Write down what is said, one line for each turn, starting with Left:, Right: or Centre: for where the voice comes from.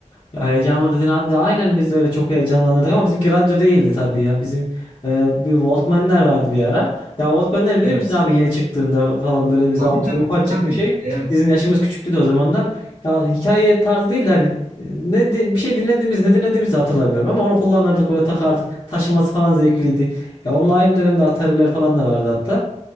Left: Ya heyecanlı dedin abi de aynen biz de öyle çok heyecanlanırdık ama bizimki radyo değildi tabii ya. Bizim e, bir Walkman'ler vardı bir ara. Ya Walkman'leri
Right: Evet.
Left: bilir misin abi yeni çıktığında falan böyle bizi
Right: Tabii
Left: almıştı.
Right: tabii
Left: Ufacık
Right: tabii.
Left: bir şey.
Right: Evet.
Left: Bizim yaşımız küçüktü de o zamanlar. Ya hikaye tarzı değil de hani e, ne de- bir şey dinlediğimiz ne dinlediğimizi hatırlamıyorum ama onu kullanırdık böyle takardık. Taşıması falan zevkliydi. Ya onunla aynı dönemde Atari'ler falan da vardı hatta.